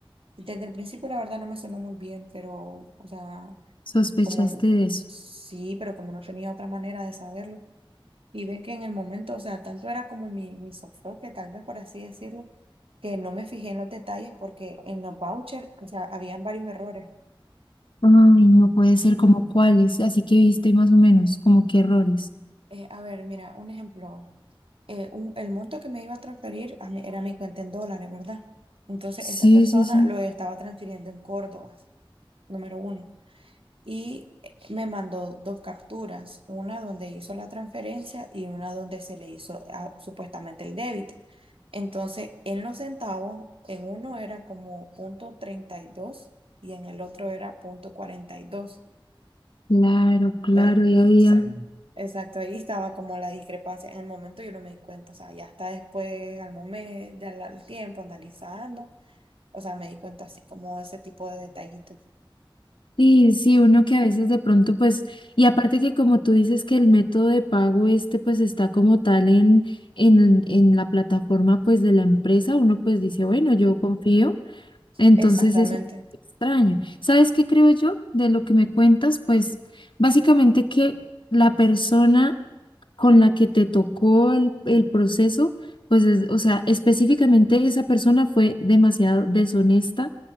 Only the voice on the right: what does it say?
y desde el principio la verdad no me sonó muy bien, pero, o sea,
como n-
sí, pero como no tenía otra manera de saberlo. Y ve que en el momento, o sea, tanto era como mi, mi sofoque, tal vez por así decirlo, que no me fijé en los detalles porque en los vouchers, o sea, habían varios errores.
Eh, a ver, mira, un ejemplo. eh, un- el monto que me iba a transferir a mí- era mi cuenta en dólares, ¿verdad? Entonces,
esta persona
lo estaba transfiriendo en Córdoba, número uno. Y eh, me mandó dos capturas, una donde hizo la transferencia y una donde se le hizo ah, supuestamente el débito. Entonces, en los centavos, en uno era como punto treinta y dos y en el otro era punto cuarenta y dos
¿Ves?
Entonces, exacto, ahí estaba como la discrepancia. En el momento yo no me di cuenta, o sea, ya hasta después, al momento, al, al tiempo, analizando, o sea, me di cuenta así como ese tipo de detallitos.
Exactamente,